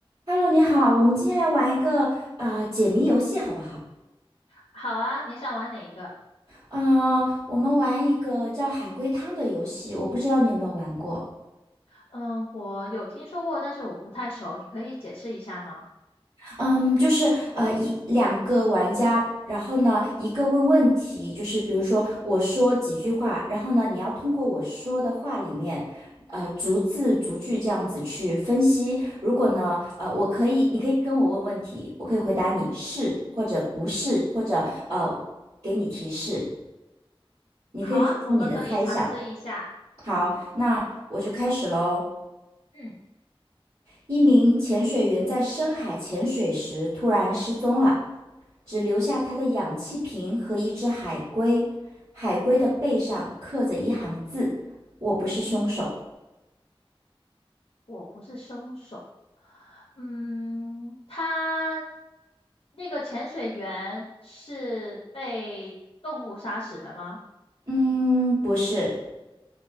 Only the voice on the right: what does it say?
Hello，你好，我们今天来玩一个呃解谜游戏，好不好？
呃，我们玩一个叫海龟汤的游戏，我不知道你有没有玩过。
嗯，就是呃一两个玩家，然后呢一个问问题，就是比如说我说几句话，然后呢你要通过我说的话里面，呃逐字逐句这样子去分析。如果呢呃我可以，你可以跟我问问题，我可以回答你是或者不是，或者呃给你提示。你可以说出你的猜想。
好，那我就开始喽。
一名潜水员在深海潜水时突然失踪了，只留下他的氧气瓶和一只海龟。海龟的背上刻着一行字：“我不是凶手。”
嗯，不是，